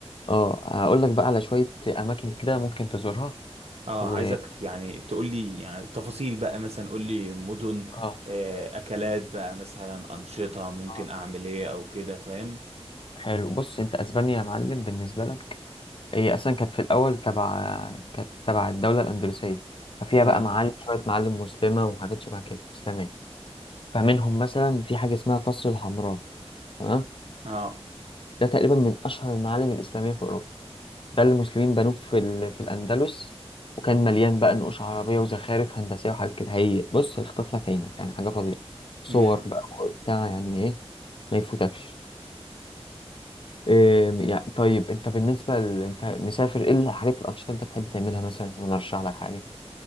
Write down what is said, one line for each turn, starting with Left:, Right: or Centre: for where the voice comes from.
Left: اه هقول لك بقى على شويه اماكن كده ممكن تزورها
Right: اه
Left: و
Right: عايزك يعني تقول لي يعني تفاصيل بقى مثلا قول لي مدن
Left: اه
Right: آه، اكلات بقى مثلا انشطة ممكن
Left: آه.
Right: اعمل ايه او كده فاهم
Left: حلو بص انت اسبانيا يا معلم بالنسبه لك هي اصلا كانت في الاول تبع كانت تبع الدوله الاندلسيه ففيها
Right: امم
Left: بقى معالم شويه معالم مسلمه وحاجات شبه كده اسلاميه فمنهم مثلا في حاجه اسمها قصر الحمراء تمام
Right: اه
Left: ده تقريبا من اشهر المعالم الاسلاميه في اوروبا ده اللي المسلمين بنوه في ال... في الأندلس وكان مليان بقى نقوش عربية وزخارف هندسية وحاجات كده هي بص هيخطف لك عينك يعني حاجة فظيعة صور
Right: امم
Left: بقى وبتاع يعني إيه ما يفوتكش إيه يعني طيب أنت بالنسبة ل... أنت مسافر إيه الحاجات الأنشطة اللي أنت بتحب تعملها مثلا ونرشح لك حاجة